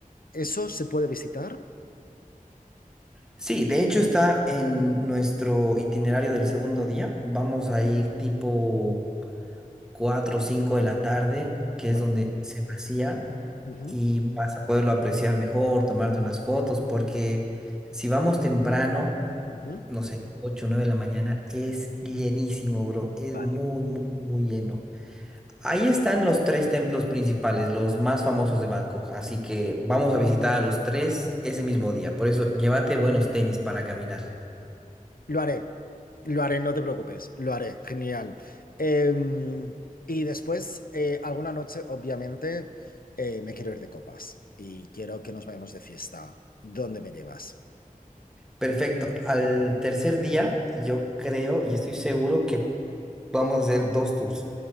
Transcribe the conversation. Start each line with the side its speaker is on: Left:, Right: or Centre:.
Left: ¿Eso se puede visitar?
Centre: Sí, de hecho está en nuestro itinerario del segundo día. Vamos a ir tipo 4 o 5 de la tarde, que
Left: Vale.
Centre: es donde se vacía,
Left: ujú,
Centre: y vas a poderlo apreciar mejor, tomarte unas fotos, porque si vamos temprano
Left: ujú,
Centre: no sé, ocho o 9 de la mañana, es llenísimo, bro. Es
Left: Vale.
Centre: muy, muy, muy lleno. Ahí están los tres templos principales, los más famosos de Bangkok. Así que vamos a visitar a los tres ese mismo día. Por eso, llévate buenos tenis para caminar.
Left: Lo haré, lo haré, no te preocupes, lo haré, genial. Em, y después, eh, alguna noche, obviamente, eh, me quiero ir de copas y quiero que nos vayamos de fiesta. ¿Dónde me llevas?
Centre: Perfecto. Al tercer día, yo creo y estoy seguro que vamos a hacer dos tours.